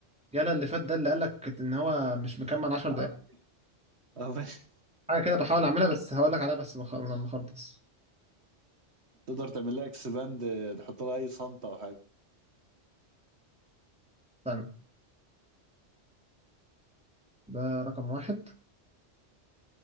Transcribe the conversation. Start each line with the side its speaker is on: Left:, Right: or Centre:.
Centre: يلا اللي فات ده اللي قالك إن هو مش مكمل 10 دقايق
Right: اه اه ماشي
Centre: حاجة كده بحاول أعملها بس هقول لك عليها بس مخ... لما أخلص
Right: تقدر تعمل لها اكس باند آه، تحط لها اي صمتة او حاجة
Centre: استنى ده رقم واحد